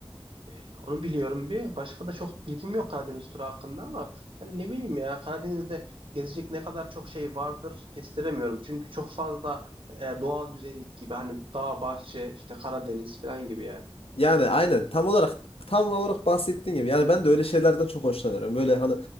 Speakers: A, on the right (about 65°); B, on the left (about 85°).
A: E, Onu biliyorum bir. Başka da çok bilgim yok Karadeniz turu hakkında ama hani ne bileyim ya Karadeniz'de gezecek ne kadar çok şey vardır kestiremiyorum. Çünkü çok fazla e, doğal güzellik gibi hani dağ, bahçe, işte Karadeniz falan gibi yani.
B: Yani aynen tam olarak tam olarak bahsettiğin gibi. Yani ben de öyle şeylerden çok hoşlanıyorum. Böyle hani